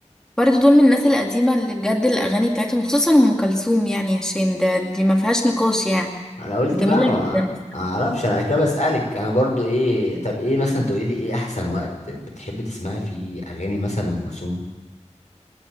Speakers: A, in the centre; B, on the left (about 80°).
A: برضه دول من الناس القديمة اللي بجد الاغاني بتاعتهم خصوصا ام كلثوم يعني يا شيم ده دي ما فيهاش نقاش يعني
B: انا قلت
A: جميلة
B: بقى ما
A: جدا
B: ما اعرفش انا عشان كده بسألك انا برضو ايه طب ايه مثلا تقولي لي ايه احسن وقت بتحبي تسمعي فيه اغاني مثلا لأم كلثوم